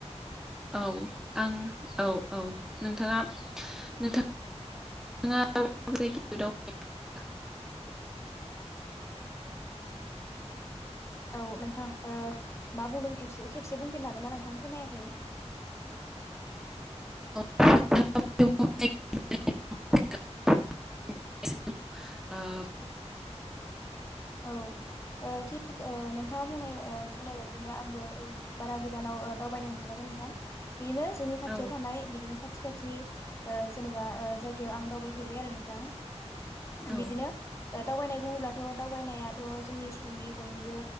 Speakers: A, in the centre; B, on the left.
A: औ आं औ औ नोंथाङा नोंथा नोंथांङा <unintelligible>
B: <inaudible> औ नोंथां ओ मा बुंदों एसे खेबसे बुंफिननो हागोन ना नोंथां खोनायाखै
A: <unintelligible> <unintelligible> आ
B: औ ओ थिग ओ नोंथाङा ओ बुंनाय बुंनाय बायदिनो आंबो बारा गोजानाव ओ दावबायनो मोनफेराखै नोंथां बिदिनो जोंनि खाथियाव
A: औ
B: थानाय बिदिनो खाथि खाथि ओ जेन'बा ओ जायगायाव आं दावबायफेरबाय आरो नोंथां
A: औ
B: बिदिनो ओ दावबायनाय बुङोब्लाथ' दावबायनायाथ' जोंनि सुबुंनि बयनिबो